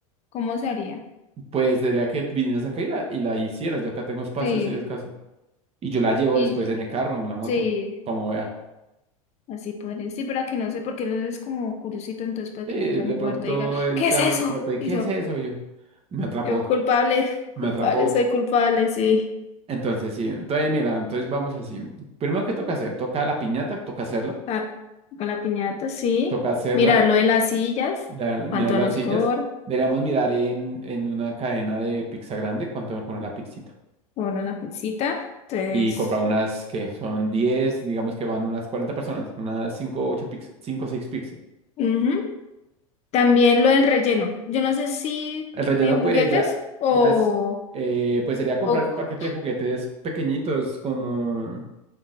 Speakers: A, on the left; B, on the right.
A: ¿cómo se haría?
B: Pues sería que vinieras acá y la, y la hicieras. Yo acá tengo espacio,
A: Sí,
B: si es el caso. Y yo la llevo
A: y
B: después en el carro, o en la moto,
A: sí,
B: como vea.
A: así podría. Sí, pero que no sé, porque él es como curiosito, entonces puede
B: Sí,
A: que entre
B: de
A: a mi
B: pronto
A: cuarto y diga,
B: él
A: ¿qué
B: te
A: es
B: abre
A: eso?
B: la puerta y ¿qué
A: Y yo,
B: es eso? Y yo, me atrapó,
A: yo culpable, <laughs>
B: me
A: culpable,
B: atrapó.
A: soy culpable, sí.
B: Entonces, sí, entonces mira, entonces vamos así. Primero, ¿qué toca hacer? Toca la piñata, toca hacerla,
A: Ah, con la piñata, sí.
B: toca hacerla,
A: Mirar lo de las sillas,
B: la- mirar
A: cuánto
B: las
A: nos
B: sillas.
A: cobra,
B: Deberíamos mirar en, en una cadena de pizza grande cuánto con la pizzita.
A: bueno, la pincita. Entonces,
B: Y comprar unas que son 10 digamos que van unas 40 personas, unas 5 8 pizzas, 5 o seis pizzas
A: ujú. También lo del relleno. Yo no sé si
B: El relleno,
A: eh, juguetes
B: pues ya,
A: o,
B: ya es, eh, pues sería comprar
A: o,
B: el paquete de juguetes pequeñitos, como